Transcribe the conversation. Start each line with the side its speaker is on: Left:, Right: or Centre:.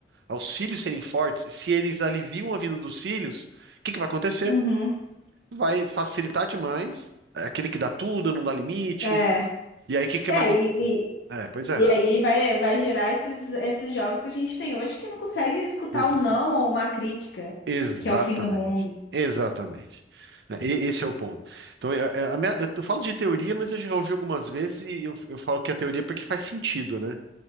Right: aos filhos serem fortes, se eles aliviam a vida dos filhos, o que que vai acontecer?
Left: Uhum.
Right: Vai facilitar demais. É Aquele que dá tudo, não dá limite.
Left: É.
Right: E aí, o que que
Left: É,
Right: vai acontecer?
Left: e,
Right: É, pois é.
Left: E aí vai, vai gerar esses, esses jovens que a gente tem hoje que não consegue escutar
Right: Exato.
Left: um não ou uma crítica,
Right: Exatamente.
Left: que é o fim do mundo.
Right: Exatamente. Né, e- Esse é o ponto. Então, é- é- a minha- eu falo de teoria, mas eu já ouvi algumas vezes e eu, eu falo que é teoria porque faz sentido, né?